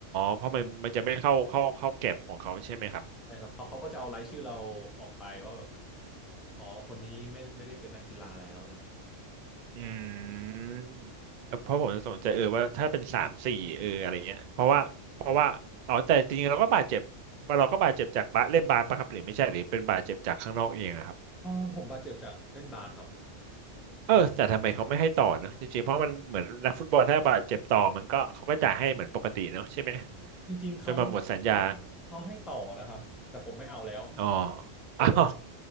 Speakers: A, on the right; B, in the centre.
A: เพราะมันมันจะไม่เข้าเข้าเข้าเก็บของเขาใช่ไหมครับ
B: ใช่ครับเขาเขาก็จะเอารายชื่อเราออกไปว่าแบบอ๋อคนนี้ไม่ไม่ได้เป็นนักกีฬาแล้วอะไรเงี้ย
A: อืมแล้วเพราะผมจะสนใจเออว่าถ้าเป็นสามสี่เอออะไรเงี้ยเพราะว่าเพราะว่าอ๋อแต่จริงๆเราก็บาดเจ็บเราก็บาดเจ็บจากบาสเล่นบาสปะครับหรือไม่ใช่หรือเป็นบาดเจ็บจากข้างนอกเองอะครับ
B: เออผมบาดเจ็บจากเล่นบาสครับเป็น
A: เออแต่ทำไมเขาไม่ให้ต่อเนอะจริงๆเพราะมันเหมือนนักฟุตบอลถ้าบาดเจ็บต่อมันก็เขาก็จ่ายให้เหมือนปกติเนอะใช่ไหม
B: จริงๆเขา
A: จนมาหมดสัญญา
B: เขาเขาให้ต่อนะครับแต่ผมไม่เอาแล้ว
A: อ๋อ <laughs>
B: เพราะว่า
A: อ้าว